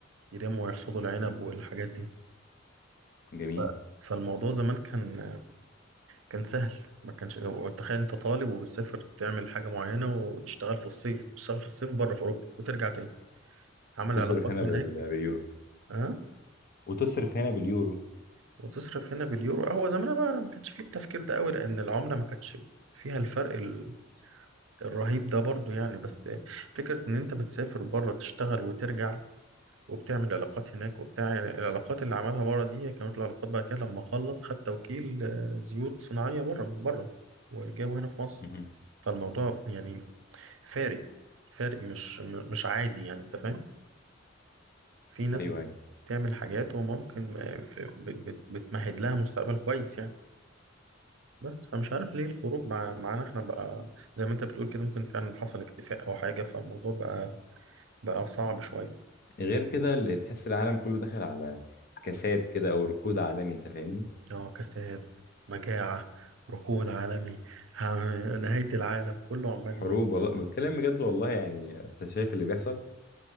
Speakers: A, on the right (about 75°); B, on the left (about 50°).
A: يرموا ويحصدوا العنب والحاجات دي
B: جميل
A: ف- فالموضوع زمان كان كان سهل ما كانش تخيل انت طالب وبتسافر تعمل حاجة معينة وتشتغل في الصيف بتشتغل في الصيف بره في أوروبا وترجع تاني عمل
B: وتصرف
A: علاقات
B: هنا
A: هناك
B: بال... باليورو
A: اه
B: وتصرف هنا باليورو
A: وتصرف هنا باليورو هو زمان بقى ما كانش فيه التفكير ده قوي لأن العملة ما كانتش فيها الفرق ال- الرهيب ده برضو يعني بس فكرة إن أنت بتسافر بره تشتغل وترجع وبتعمل علاقات هناك وبتاع يعني العلاقات اللي عملها بره دي كانت العلاقات بعد كده لما خلص خد توكيل آه، زيوت صناعية بره من بره وجابه هنا في مصر
B: مهم.
A: فالموضوع يعني فارق فارق مش م- مش عادي يعني انت فاهم في ناس
B: ايوه ايوه
A: بتعمل حاجات وممكن آه، في- بت- بت- بتمهد لها مستقبل كويس يعني بس فمش عارف ليه الخروج مع معانا احنا بقى زي ما انت بتقول كده ممكن فعلا حصل اكتفاء او حاجة فالموضوع بقى بقى صعب شوية
B: غير كده اللي تحس العالم كله داخل على كساد كده او ركود عالمي انت فاهمني؟
A: انعكاسات مجاعة ركود عالمي ه- نهاية العالم كله عمال
B: حروب
A: ي-
B: والله بتكلم بجد والله يعني انت شايف اللي بيحصل؟